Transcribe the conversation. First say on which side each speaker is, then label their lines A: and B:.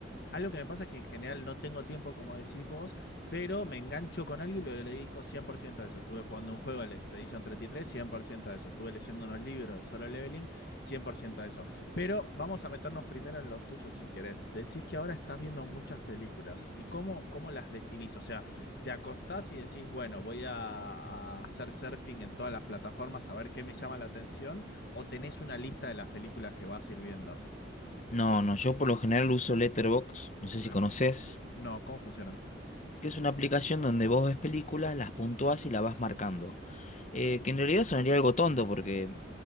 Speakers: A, on the left (about 55°); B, on the left (about 35°).
A: Algo que me pasa es que en general no tengo tiempo, como decís vos, pero me engancho con algo y lo dedico 100% a eso. Estuve jugando un juego, el Expedition treinta y tres, cien por ciento a eso. Estuve leyendo unos libros de Solo Leveling, 100% a eso. Pero vamos a meternos primero en los tuyos, si querés. Decís que ahora estás viendo muchas películas. ¿Y cómo, cómo las definís? O sea, te acostás y decís, bueno, voy a, a hacer surfing en todas las plataformas a ver qué me llama la atención, o tenés una lista de las películas que vas a ir viendo.
B: No, no, yo por lo general uso Letterboxd. No sé
A: Sí.
B: si conoces.
A: No, ¿cómo funciona?
B: que es una aplicación donde vos ves películas, las puntuás y las vas marcando. Eh, que en realidad sonaría algo tonto porque